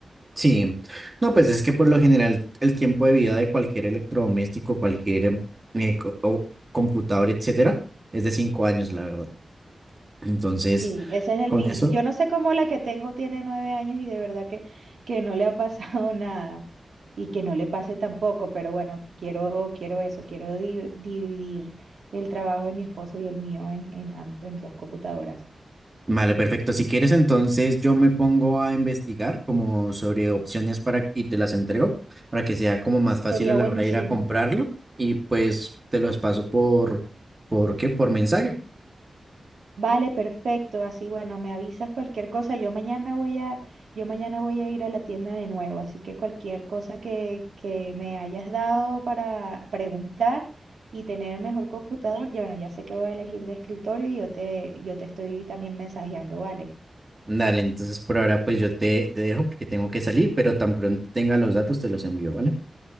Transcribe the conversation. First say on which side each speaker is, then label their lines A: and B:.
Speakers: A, on the right; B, on the right.
A: Sí. No, pues es que por lo general el tiempo de vida de cualquier electrodoméstico, cualquier eh, co- o computador, etcétera, es de cinco años, la verdad. Entonces,
B: Sí, ese es el
A: con
B: mínimo.
A: eso,
B: Yo no sé cómo la que tengo tiene nueve años y de verdad que, que no le ha pasado <laughs> nada. Y que no le pase tampoco, pero bueno, quiero, quiero eso, quiero di- dividir el trabajo de mi esposo y el mío en, en, am- en dos computadoras.
A: Vale, perfecto. Si quieres, entonces yo me pongo a investigar como sobre opciones para y te las entrego para que sea como más fácil
B: Sería
A: a la
B: buenísimo.
A: hora de ir a comprarlo y pues te los paso por, ¿por qué? Por mensaje.
B: Vale, perfecto. Así, bueno, me avisas cualquier cosa. Yo mañana voy a, yo mañana voy a ir a la tienda de nuevo, así que cualquier cosa que, que me hayas dado para preguntar y tener el mejor computador, ya bueno, ya sé que voy a elegir de escritorio y yo te, yo te estoy también mensajeando, ¿vale?
A: Dale, entonces por ahora pues yo te, te dejo porque tengo que salir, pero tan pronto tenga los datos te los envío, ¿vale?